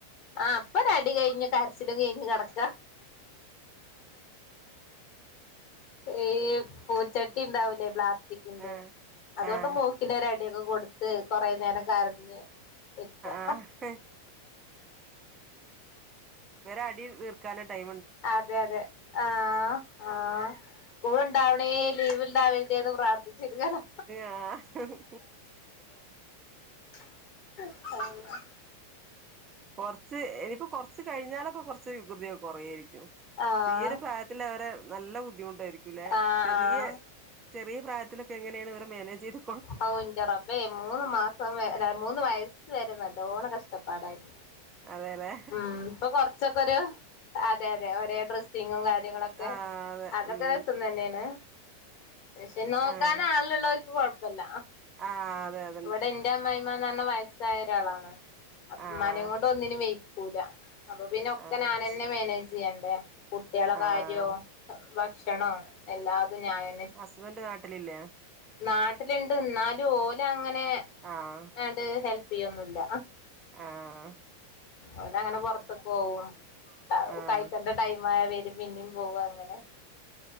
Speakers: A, on the left; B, on the right.
A: ആഹ് അപ്പ ഒരടി കഴിഞ്ഞ് കരച്ചിലും കെയ്ഞ്ഞ് കെട്ക്കാ ഈ പൂച്ചട്ടി ഇണ്ടാവുലേ പ്ലാസ്റ്റിക്കിന്റെ
B: ഏഹ് ആഹ്
A: അതൊണ്ട്
B: ആഹ്
A: മൂക്കിനൊരടി യെക്കെ കൊടുത്ത് കൊറേ നേരം കരഞ്ഞു ഇരിക്കാ
B: ആഹ് ആഹ് ഇവരെ അടി തീർക്കാന ടൈ
A: അതെ അതെ ആഹ് ആഹ് സ്കൂൾ ഇണ്ടാവണേ ലീവ്ണ്ടാവ റ്റെത് പ്രാർത്ഥിച്ച് ഇരിക്കാണ്
B: ആഹ്
A: ആഹ്
B: കൊർച്ച് ഇനിപ്പൊ കൊർച്ച് കഴിഞ്ഞാലൊക്കെ കൊർച്ച് വികൃതിക്കെ കൊറേര്ക്കും
A: ആഹ്
B: ഈ ഒര് പ്രായത്തിലവരെ നല്ല ബുദ്ധിമുട്ടാരിക്കുംല്ലെ
A: ആഹ്
B: ചെറിയ
A: ആഹ്
B: ചെറിയ പ്രായത്തിലൊക്കെ എങ്ങനേണ് ഇവരെ മാരേജിന്
A: ഔ എന്റെ റബ്ബേ മൂന്ന് മാസംവരെ മൂന്ന് വയസ്സ് വെരേ നല്ലോണം കഷ്ടപ്പാടായിരുന്നു
B: അതെ അതേ
A: ആഹ് ഇപ്പൊ കൊറച്ചൊക്കൊരു അതെ അതെ ഒരേ ഡ്രെസ്സിങ്ങും കാര്യങ്ങളൊക്കെ
B: ആഹ് അതെ
A: അതൊക്കെ
B: ഉം
A: രസം തന്നേണ് പക്ഷെ നോക്കാനാള്
B: ആഹ്
A: ഇള്ളോര്ക്ക് കൊഴപ്പല്ല
B: ആഹ് അതെ അ
A: ഇവിടെ ഇന്റെ അമ്മായിമ്മന്ന് പറഞ്ഞ വയസ്സായ ഒരാളാണ്
B: ആഹ്
A: ഇമ്മാനെ കൊണ്ട് ഒന്നിനും വെയി ക്കൂല അപ്പൊ പിന്നെ ഒക്കെ
B: ആഹ്
A: ഞനന്നെ മാനേജ് ചെയ്യണ്ടേ കുട്ട്യാള
B: ആഹ്
A: കാര്യോ ഭക്ഷണോ എല്ലാതും ഞാന്
B: ഹസ്ബന്റ് നാട്ടിലില്ലേ
A: നാട്ടിലിണ്ട് എന്നാലും ഓലങ്ങനെ
B: ആഹ്
A: ന്നാട്ട് ഹെൽപ് ചെയ്യൊന്നുല്ല
B: ആഹ്
A: ഓന് അങ്ങനെ പൊറത്ത്ക്ക് പോവ ക
B: ആഹ്
A: കഴിക്കണ്ട ടൈം ആയ വരും പിന്നിം പോവ അങ്ങനെ